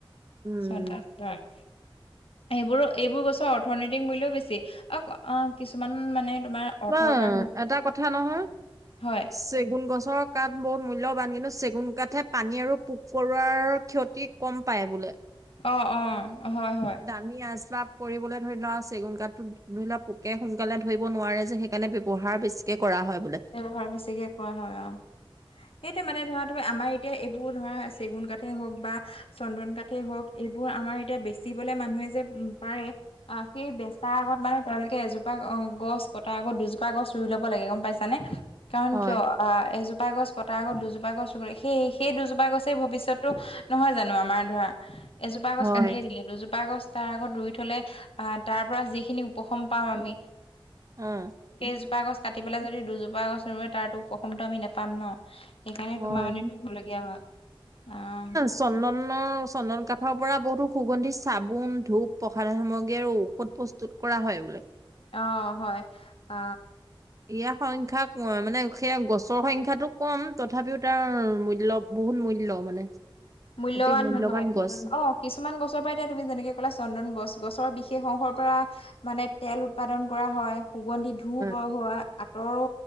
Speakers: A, on the right (about 35°); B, on the left (about 80°).
A: উম।
B: চন্দন <unintelligible> এইবোৰ-এইবোৰ গছৰ অৰ্থনৈতিক মূল্যও বেছি অ', অ', কিছুমান মানে তোমাৰ অৰ্থৰ
A: অ',
B: কাৰণ
A: এটা কথা নহয়
B: হয়
A: চেগুন গছৰ কাঠ বহুত মূল্যৱান। কিন্তু চেগুন কাঠহে পানী আৰু পোক-পৰুৱাৰ ক্ষতিক কম পায় বোলে।
B: অ', অ', হয়, হয়।
A: আমি আশ্বাব কৰিবলৈ ধৰি লোৱা চেগুন কাঠটোত ধৰি লোৱা পোকে সোনকালে ধৰিব নোৱাৰে য যে সেইকাৰণে ব্যৱহাৰ বেছিকে কৰা হয় বোলে।
B: ব্যৱহাৰ বেছিকে কৰা হয়, অ'। সেইটো মানে ধৰা তোৰ-আমাৰ এতিয়া এইবোৰ ধৰা চেগুন কাঠেই হওঁক বা চন্দন কঠেই হওঁক, এইবোৰ আমাৰ এতিয়া বেচিবলে মানুহে যে পাৰে অ', সেই বেচাৰ আগত মানে তেওঁলোকে এজোপা <unintelligible> গছ কটাৰ আগত দুজোপা গছ ৰুই ল'ব লাগে গম পাইছ ছাৰে? কাৰণ
A: হয়,
B: কিয় অ', এজোপা গছ কটাৰ আগত দুজোপা গছ ৰুৱ লাগে। সেই-সেই দুজোপা গছেই ভৱিষ্যতটো নহয় জানো আমাৰ ধৰা এজোপা গছ
A: হয়।
B: কাটিয়ে দিলে দুজোপা গছ তাৰ আগত ৰুই থলে আহ, তাৰ পৰা যিখিনি উপশম পাম আমি
A: উম।
B: সেইজোপা গছ কাটি পেলাই যদি দুজোপা গছ নোৰুৱে তাৰতো প্ৰসমতা আমি নেপাম ন। সেইকাৰণে
A: হয়,
B: তোমাৰ মানে কি ৰুৱ লগীয়া হয়। অ'।
A: চন্দনৰ-চন্দন কাঠৰ পৰা বহুতো সুগন্ধি চাবোন, ধূপ, প্ৰসাদ সামগ্ৰী আৰু ঔষধ প স্তুত কৰা হয় বোলে।
B: অ', হয়। অ'
A: ইয়াৰ সংখ্যা মানে সেয়া গছৰ সংখ্যাটো কম তথাপিও তাৰ মূল্য বহুত মূল্য মানে।
B: মূল্যৱান
A: অতি মূল্যবান
B: হয়।
A: গছ
B: অ', কি কিছুমান গছৰ পৰাই এতিয়া তুমি যেনেকৈ ক'লা চন্দন গছ, গছৰ বিশেষ অংশৰ পৰা মানে তেল উৎপাদন কৰা হয় সুগন্ধি ধুপ
A: অ
B: <unintelligible> আতৰ,